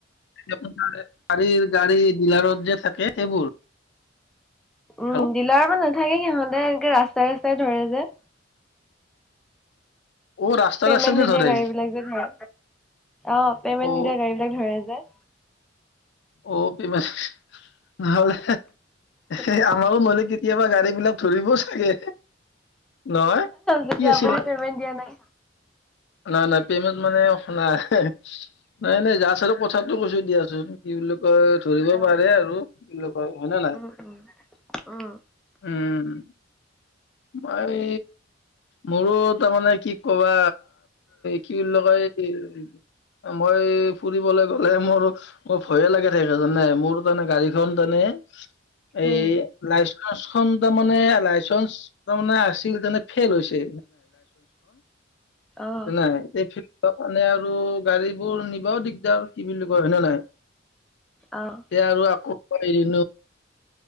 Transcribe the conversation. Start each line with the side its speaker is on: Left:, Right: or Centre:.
Left: এতিয়া তোমাৰ। গাড়ীৰ গাড়ী ডিলাৰত যে থাকে সেইবোৰ।
Centre: উম
Left: আৰু
Centre: দিলাৰ পৰা নাথাকে সিহঁতে এনেকে ৰাস্তাই ৰাস্তাই ধৰে যে।
Left: অ ৰাস্তা
Centre: পেমেন্ট
Left: ৰাস্তা যে
Centre: নিদিয়া
Left: ধৰে
Centre: গাড়ী বিলাক যে ধৰে অ পেমেন্ট
Left: অ
Centre: নিদিয়া গাড়ী বিলাক ধৰে যে।
Left: অ প ম নহলে।
Centre: সেইটোৱে।
Left: এ আমাৰো নহলে কেতিয়াবা গাড়ী বিলাক ধৰিব চাগে। নহ
Centre: যদি
Left: কি আছিল।
Centre: আপুনি পেমেণ্ট দিয়া নাই
Left: নাই নাই পেমেণ্ট মানে নাই নাই নাই যাছ আৰু কথাটো কৈছো দিয়াচোন। কি বুলি কয় ধৰিব
Centre: অ',
Left: পাৰে আৰু এই। হয় নে নাই
Centre: উম, উম, উম,
Left: উম। মই মোৰো। তাৰ মানে কি কবা কি বুলি কয়। মই ফুৰিবলৈ গ'লে মোৰ মোৰ ভয়ে লাগে থাকে জানে মোৰ। গাড়ী খন মানে এই
Centre: উম,
Left: লাইছ বাছ খন তোমাৰ। লাইচেঞ্চ খন আছিল ফেইল হৈছে।
Centre: অ',
Left: নাই। ত মানে আৰু গাড়ী বোৰ নিবাও দিগদাৰ কি বুলি কয় হয় নে নহয়।
Centre: অ',
Left: এতিয়া আকৌ হাৰি।